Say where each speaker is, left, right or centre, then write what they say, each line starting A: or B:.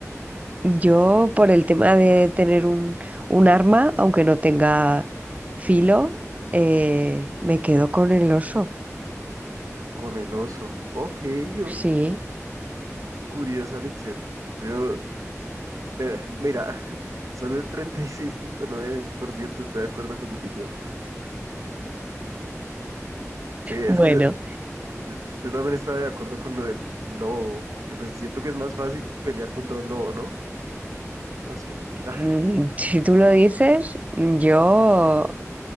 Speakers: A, on the right; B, on the right.
A: Yo, por el tema de tener un, un arma, aunque no tenga filo, eh, me quedo con el oso.
B: Con el oso. Ok, ok.
A: Sí.
B: Curiosa lección. Yo, mira, mira, <laughs> solo el 36.9% está de acuerdo contigo. Sí, es
A: Bueno.
B: que yo, Yo, yo también estaba de acuerdo con lo del lobo, porque pues siento que es más fácil pelear contra un lobo, ¿no? No sé. <laughs>
A: Mm, Si tú lo dices, yo